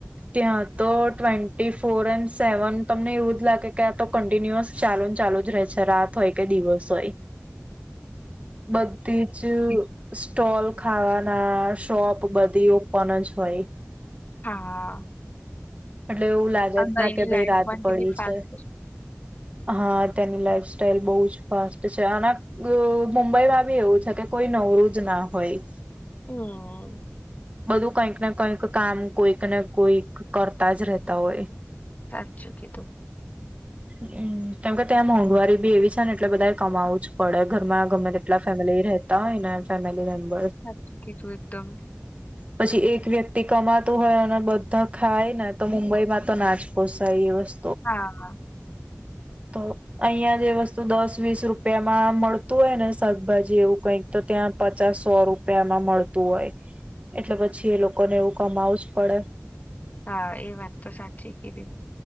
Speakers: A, on the right; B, on the left.
A: ત્યાં તો ટ્વેન્ટી ફોર એન્ડ સેવન તમને એવું જ લાગે કે આ તો કન્ટિન્યુઅસ ચાલુ ચાલુ જ રહે છે રાત હોય કે દિવસ હોય બધી જ અ સ્ટોલ ખાવાના શોપ બધી ઓપણન જ હોય
B: હા
A: એટલે એવું લાગે
B: અંદરની
A: જ ના કે ભઈ
B: લાઈફ
A: રાત
B: પણ
A: પડી
B: કેટલી ફાસ્ટ
A: છે હા તેની લાઈફ સ્ટાઈલ બહુ જ ફાસ્ટ છે અને મુંબઈમાં બી એવું છે કે કોઈ નવરું જ ના હોય.
B: હમ્મ
A: બધું કંઈક ને કંઈક કામ કોઈક ને કોઈક કરતા જ રહેતા હોય.
B: સાચું કીધું.
A: હમ્મ, કેમકે ત્યાં મોંઘવારી બી એવી છે ને એટલે બધાએ કમાવું જ પડે. ઘરમાં ગમે તેટલા ફેમિલી રહેતા હોય ને ફેમેલી <inaudible>
B: હાચુ કીધું એકદમ.
A: પછી એક વ્યક્તિ કમાતું હોય અને બધા ખાય ને તો મુંબઈમાં તો ના જ પોસાય એ વસ્
B: હા.
A: તો અહિયાં જે વસ્તુ દસ વીસ રૂપિયામાં મળતું હોય ને શાકભાજી એવું કઈક તો ત્યાં પચાસ સો રૂપિયામાં મળતું હોય. એટલે પછી એ લોકોને એવું કમાવું જ પડે.
B: હા, એ વાત તો સાચી કીધી.